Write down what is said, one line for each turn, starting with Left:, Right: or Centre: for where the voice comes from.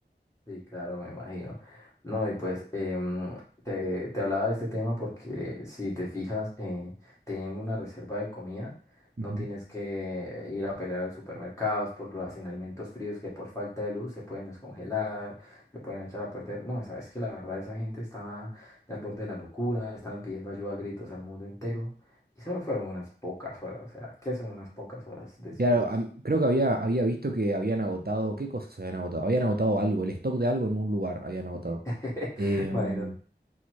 Left: Sí, claro, me imagino. No, y pues em, te, te hablaba de este tema porque si te fijas, eh, teniendo una reserva de comida,
Right: bueno.
Left: no tienes que ir a pelear a los supermercados por los alimentos fríos que por falta de luz se pueden descongelar, se pueden echar a perder. No, esa- es que la verdad esa gente estaba al borde de la locura, estaban pidiendo ayuda a gritos al mundo entero y solo fueron unas pocas horas, o sea, ¿qué son unas pocas horas de sin
Right: Claro,
Left: luz?
Right: am- creo que había, había visto que habían agotado, ¿qué cosas habían agotado? Habían agotado algo, el stock de algo en un lugar habían agotado.
Left: <laughs>
Right: Em,
Left: Imagínate,